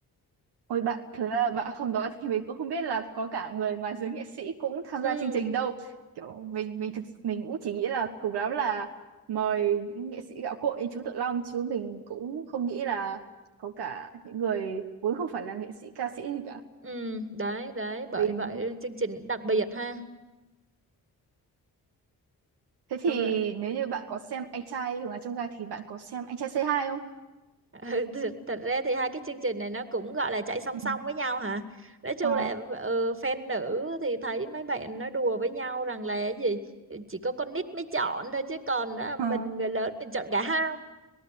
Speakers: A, on the right; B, on the right.
A: ôi bạn thứ là bạn không nói thì mình cũng không biết là có cả người ngoài giới nghệ sĩ cũng tham
B: ừ
A: gia chương trình đâu kiểu mình mình thực mình cũng chỉ nghĩ là cùng lắm là mời những nghệ sĩ gạo cội như chú Tự Long chứ mình cũng không nghĩ là có cả những người vốn không phải là nghệ sĩ ca sĩ gì cả
B: ừ đấy đấy bởi
A: mình
B: vậy chương trình đặc biệt ha
A: thế thì
B: Xong rồi
A: nếu như bạn có xem anh trai Hùng Hà Trong Gai thì bạn có xem anh trai C2 không
B: <laughs> Ừ, th- thật ra thì hai cái chương trình này nó cũng gọi là chạy song
A: ừ.
B: song với nhau hả nói chung
A: Ờ.
B: là ừ, fan nữ thì thấy mấy bạn nói đùa với nhau rằng là cái gì chỉ có con nít mới chọn thôi chứ còn đó, mình
A: Ờ,
B: người lớn mình chọn cả hai